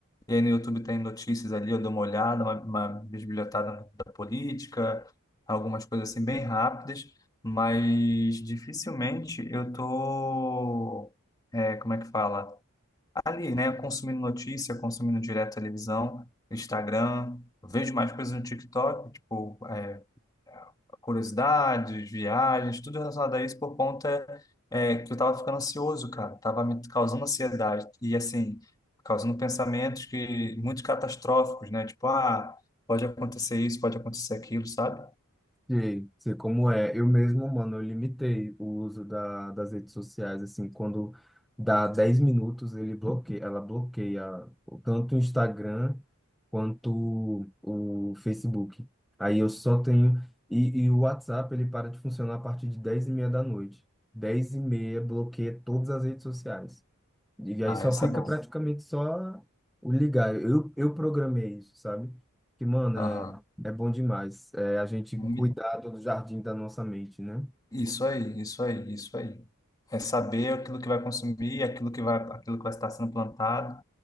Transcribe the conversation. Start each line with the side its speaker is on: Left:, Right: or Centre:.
Left: e aí no YouTube tem notícias ali, eu dou uma olhada, uma, uma bisbilhotada da política, algumas coisas assim bem rápidas, mas dificilmente eu tô, é, como é que fala? ali, né, consumindo notícia, consumindo direto televisão, Instagram, eu vejo mais coisas no TikTok, tipo, é, curiosidades, viagens, tudo relacionado a isso por conta é, que eu tava ficando ansioso, cara, tava me causando ansiedade e, assim, causando pensamentos que muito catastróficos, né, tipo, ah, pode acontecer isso, pode acontecer aquilo, sabe?
Centre: Sei, sei como é. Eu mesmo, mano, eu limitei o uso da, das redes sociais, assim, quando dá 10 minutos, ele bloqueia, ela bloqueia o- tanto o Instagram quanto o Facebook. Aí eu só tenho. E, e o WhatsApp, ele para de funcionar a partir de dez e meia da noite. dez e meia bloqueia todas as redes sociais. E aí
Left: Ah,
Centre: só
Left: isso
Centre: Ah, fica
Left: é bom.
Centre: mas praticamente só o ligar. Eu, eu programei isso, sabe? Que, mano,
Left: Aham.
Centre: é, é bom demais. É a gente
Left: Me-
Centre: cuidar do jardim da nossa mente, né?
Left: Isso aí, isso aí, isso aí. É saber aquilo que vai consumir, aquilo que vai, aquilo que vai estar sendo plantado.